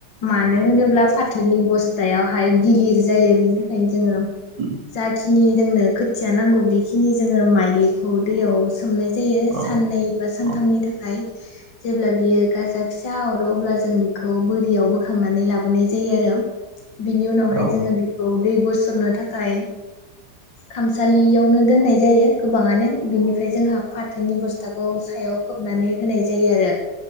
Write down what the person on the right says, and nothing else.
औ
उम
औ
औ
औ